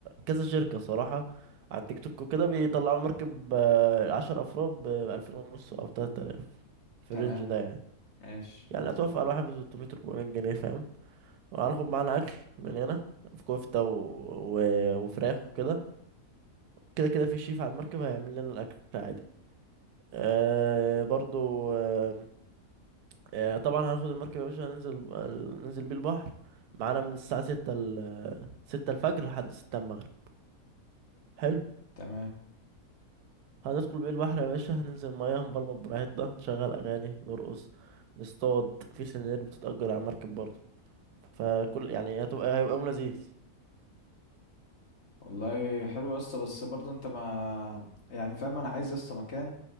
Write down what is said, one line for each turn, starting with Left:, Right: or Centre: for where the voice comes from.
Right: كذا شركة صراحة على التيك توك وكده بيطلعوا مركب آه، عشر أفراد بألفين ونص أو تلات آلاف في
Left: تمام
Right: الرينج ده يعني
Left: ماشي
Right: يعني هتوافق على واحد بستمية أربعمية جنيه فاهم وهناخد معانا أكل من هنا في كفتة و... و... وفراخ وكده كده كده في شيف على المركب هيعمل لنا الأكل عادي أه برضو أه آه، طبعا هناخد المركب يا باشا هننزل ننزل بيه البحر معانا من الساعة ستة ال... ستة الفجر لحد ستة المغرب حلو
Left: تمام
Right: هندخل بيه البحر يا باشا هننزل مياه هنبلبط براحتنا هنشغل اغاني نرقص نصطاد في سنانير بتتأجر على مركب برضه فكل يعني هتبقى هيبقى يوم لذيذ
Left: والله حلو يا اسطى بس برضه انت ما يعني فاهم انا عايز يا اسطى مكان